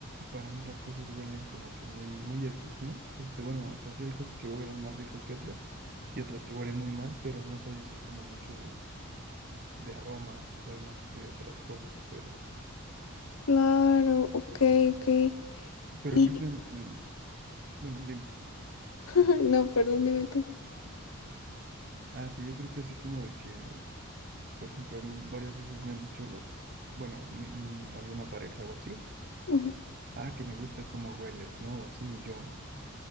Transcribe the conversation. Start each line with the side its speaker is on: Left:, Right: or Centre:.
Right: Para mí las cosas huelen como que muy, muy X, ¿no? Este, bueno, o sea, sí hay cosas que huelen más rico que otras y otras que huelen muy mal, pero no soy así como mucho de, de aromas, soy más de otras cosas, pero,
Left: Claro, ok, ok.
Right: pero
Left: Y
Right: creo que, mm, bueno, dime,
Left: <laughs> No, perdón, dime tú.
Right: ah, que yo creo que así como de que Por ejemplo, a mí varias veces me han dicho las, bueno, mi- mi- alguna pareja o así,
Left: Ujú.
Right: ah, que me gusta cómo hueles, ¿no? O así, y yo,